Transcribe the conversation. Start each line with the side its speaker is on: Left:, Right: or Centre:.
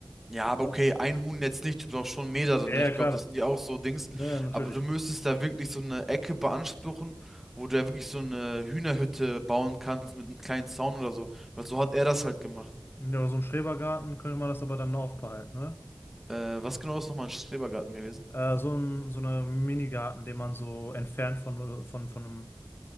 Centre: Ja, aber
Left: oft.
Centre: okay, ein Huhn jetzt nicht, du brauchst schon mehrere,
Left: Ja,
Centre: ne?
Left: ja,
Centre: Ich
Left: klar.
Centre: glaube, das sind die auch so Dings.
Left: Naja, natürlich.
Centre: Aber du müsstest da wirklich so eine Ecke beanspruchen, wo du ja wirklich so eine Hühnerhütte bauen kannst mit einem kleinen Zaun oder so. Weil so hat er das halt gemacht.
Left: Ja, aber so einen Schrebergarten könnte man das aber dann aufbehalten, ne?
Centre: Äh, was genau ist nochmal ein Schrebergarten gewesen?
Left: Äh, so ein, so eine Minigarten, den man so entfernt von, von, von einem,